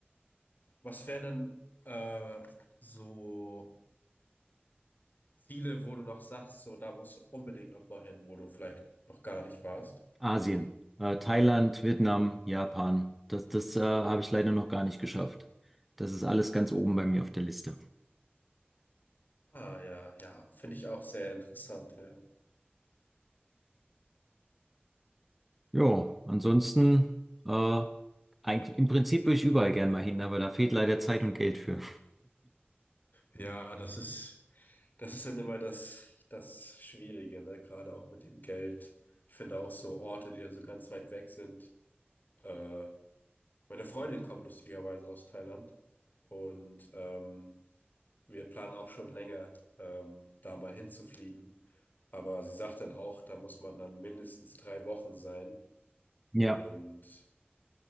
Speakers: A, on the left; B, in the centre.
A: Was wären denn äh, so Ziele, wo du noch sagst, so da musst du unbedingt noch mal hin, wo du vielleicht noch gar nicht warst?
B: Asien, äh, Thailand, Vietnam, Japan. Das, das äh, habe ich leider noch gar nicht geschafft. Das ist alles ganz oben bei mir auf der Liste.
A: Ah ja, ja, finde ich auch sehr interessant, ja.
B: Ja, ansonsten, äh, eigentlich, im Prinzip würde ich überall gern mal hin, aber da fehlt leider Zeit und Geld für.
A: Ja, das ist, das ist dann immer das, das Schwierige, ne? Gerade auch mit dem Geld. Ich finde auch so Orte, die dann so ganz weit weg sind. Äh, meine Freundin kommt lustigerweise aus Thailand und ähm, Wir planen auch schon länger, ähm, da mal hinzufliegen. Aber sie sagt dann auch, da muss man dann mindestens drei Wochen sein.
B: Ja,
A: Und